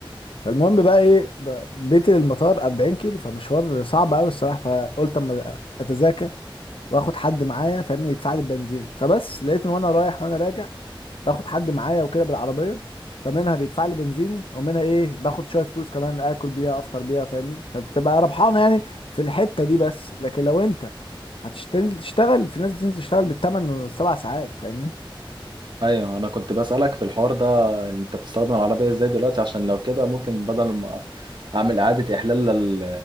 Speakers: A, on the left; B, on the right.
A: فالمهم بقى ايه ب- بيتي للمطار 40 كيلو فمشوار صعب قوي الصراحه فقلت اما اتذاكى واخد حد معايا فاهمني يدفع لي البنزين فبس لقيت ان وانا رايح وانا راجع باخد حد معايا وكده بالعربيه فمنها بيدفع لي بنزيني ومنها ايه باخد شويه فلوس كمان اكل بيها افطر بيها فاهمني فبتبقى ربحانه يعني في الحته دي بس لكن لو انت هتشتغل تشتغل في ناس بتنزل تشتغل بالثمان والسبع ساعات فاهمني
B: ايوه انا كنت بسألك في الحوار ده انت بتستخدم العربية ازاي دلوقتي عشان لو كده ممكن بدل ما اعمل اعادة احلال لل